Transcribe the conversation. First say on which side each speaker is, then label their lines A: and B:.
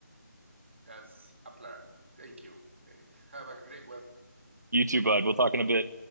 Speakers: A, on the right; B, on the right.
A: That's a plan. Thank you. Uh, have a great one.
B: You too,
A: See
B: bud.
A: you.
B: We'll talk in a bit.